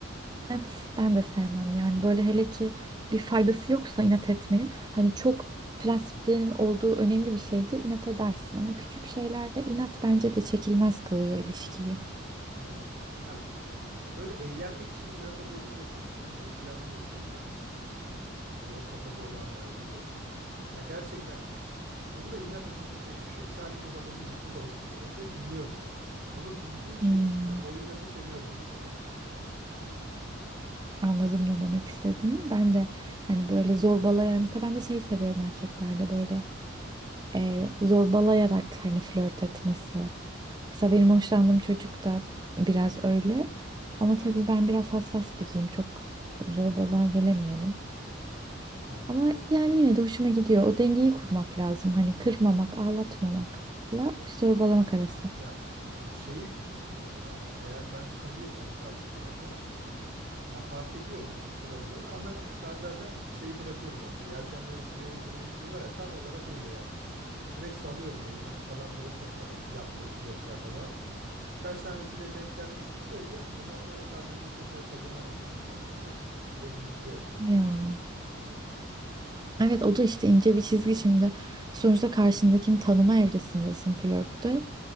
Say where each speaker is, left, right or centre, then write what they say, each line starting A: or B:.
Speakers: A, on the right; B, on the right.
A: Evet, ben de sevmem yani böyle hele ki bir faydası yoksa inat etmenin hani çok prensiplerin olduğu önemli bir şeydir inat edersin ama küçük şeylerde inat bence de çekilmez kılıyor ilişkiyi.
B: ya, ya böyle eğlenmek için inat edebilirsin de. Ben mesela onu da seviyorum. Böyle o kafada olanlara böyle ya gerçekten <laughs> bunda inat edilecek bir şey yok. Sadece bana gıcıklık olsun diye yapıyor. Biliyorum onu. Onu bildiğim şeyi
A: Hmm,
B: ve o inatı seviyorum mesela.
A: anladım ne demek istediğini. Ben de hani böyle zorbalayarak mesela ben de şey seviyorum erkeklerde böyle e, zorbalayarak hani flört etmesi. Mesela benim hoşlandığım çocuk da biraz öyle. Ama tabii ben biraz hassas biriyim. Çok zorbalığa gelemiyorum.
B: Ha,
A: Ama
B: o
A: yani yine de hoşuma gidiyor. O dengeyi kurmak lazım. Hani kırmamak,
B: ya on
A: ağlatmamakla
B: ya
A: zorbalamak arası.
B: ya şeyi bilirsin mesela. Eğer ben kırıyorsam karşı tarafı Ya fark ediyorum onun kırıldığını. Hemen ben zaten şeyi bırakıyorum orada. Yelkenleri suya indirmek diyorlar ya tam olarak öyle yani. Direkt salıyorum o inatı falan bırakıyorum ben yaptığım flörtlerde falan. Birkaç tanesiyle denk gelmiştik de öyle. Ondan sonra kalbini tekrar kazanamadım mesela onların. Biraz üzücü oldu benim
A: Ya.
B: için.
A: Evet o da işte ince bir çizgi şimdi. Sonuçta karşındakini tanıma evresindesin flörtte.